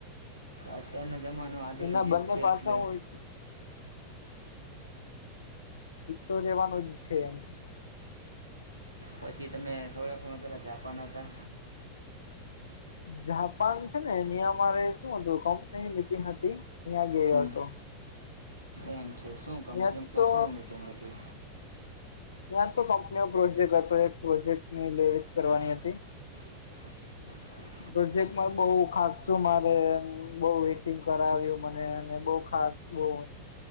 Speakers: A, on the right; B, on the left.
A: અત્યારનો જમાનો આધુનિક
B: એના બંને
A: યુગ છે
B: પાસા
A: એટલે
B: હોય છે એ તો રહેવાનું જ છે એમ
A: પછી તમે થોડાક સમય પહેલા જાપાન હતા
B: જાપાન છે ને નિિયામારે શું હતું કંપનીની મીટિંગ હતી નયા ગયો
A: હમ
B: હતો
A: એમ છે શું કંપનીમાં
B: ત્યાં તો
A: શું મિટિંગ હતી
B: ત્યાં તો કંપનીઓ પ્રોજેક્ટ હતો એક પ્રોજેક્ટની લીડ જ કરવાની હતી
A: <inaudible>
B: પ્રોજેક્ટમાં બઉુ ખાસું મારે બઉ વેટિંગ કરાવ્યું મનેને બઉ ખાસ બઉ